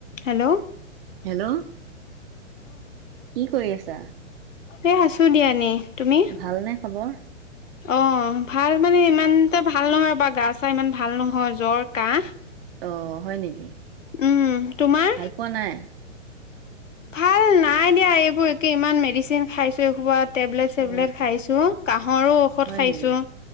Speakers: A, on the left (about 75°); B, on the right (about 50°).
A: Hello.
B: Hello কি কৰি আছা?
A: এ আছো দিয়া এনেই। তুমি
B: ভালনে খবৰ?
A: অ' ভাল মানে ইমান এটা ভাল নহয় বা - গা চা ইমান ভাল নহয় জ্বৰ কাহ।
B: অ' হয় নেকি?
A: উম তোমাৰ
B: ভাল পোৱা নাই?
A: ভাল নাই দিয়া এইবোৰ একে ইমান মেডিচিন খাইছো এইসোপা টেবলেট চেবলেট
B: অ
A: খাইছো। কাঁহৰো ঔষধ
B: হয়
A: খাইছো।
B: নেকি